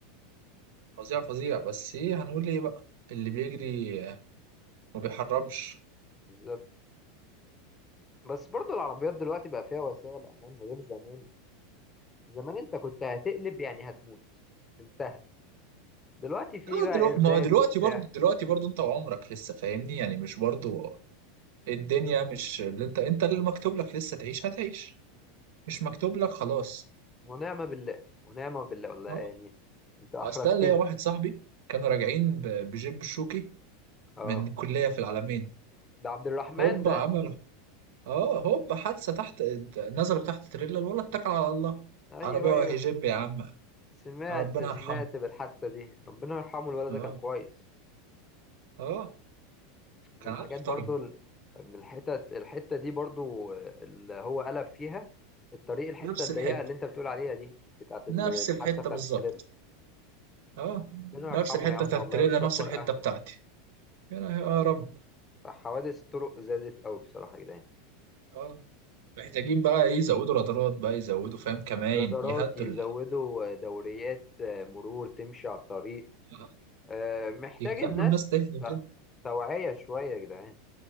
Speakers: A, on the right (about 75°); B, on the left (about 20°).
A: فظيع فظيع بس ايه هنقول ايه بقى اللي بيجري ما بيحرمش
B: بالظبط بس برضو العربيات دلوقتي بقى فيها وسائل أمان غير زمان زمان أنت كنت هتقلب يعني هتموت انتهى دلوقتي في
A: اه
B: بقى
A: دلوقتي
B: إيرباج
A: ما هو دلوقتي
B: وبتاع
A: برضه دلوقتي برضه انت وعمرك لسه فاهمني يعني مش برضه الدنيا مش اللي انت انت اللي مكتوب لك لسه تعيش هتعيش مش مكتوب لك خلاص
B: ونعمة بالله ونعمة بالله والله
A: اه
B: يعني أنت أحرجتني
A: اصل انا ليا واحد صاحبي كانوا راجعين ب- بجيب الشوكي
B: أه
A: من الكلية في العلمين
B: ده عبد الرحمن
A: هوب
B: ده
A: عمل اه هوب حادثة تحت نزلوا تحت تريلا الولد اتكل على الله
B: أيوه
A: عربية
B: أيوه
A: وهي جيب يا عم
B: سمعت
A: ربنا
B: سمعت
A: يرحمه
B: بالحادثة دي ربنا يرحمه الولد
A: اه
B: ده كان كويس
A: اه
B: من
A: كان
B: الحاجات
A: عارف
B: برضو
A: طرنه
B: ال- من الحتت الحتة دي برضو اللي هو قلب فيها الطريق الحتة
A: نفس
B: الضيقة
A: الحتة
B: اللي انت بتقول عليها دي بتاعت ال-
A: نفس
B: الحادثة
A: الحتة
B: بتاعت
A: بالظبط
B: التريلا
A: اه
B: ربنا
A: نفس
B: يرحمه
A: الحته
B: يا عم
A: بتاعت
B: والله
A: التريلا
B: ويصبر
A: نفس الحته
B: أهله
A: بتاعتي هنا يا رب
B: فحوادث الطرق زادت أوي بصراحة يا جدعان
A: اه محتاجين بقى ايه يزودوا رادارات بقى يزودوا فاهم كمان
B: رادارات
A: يهدوا
B: يزودوا
A: ال-
B: دوريات مرور تمشي على الطريق
A: آه،
B: آه، محتاج
A: يخلوا
B: الناس
A: الناس تهدى
B: ت-
A: كده
B: توعية شوية يا جدعان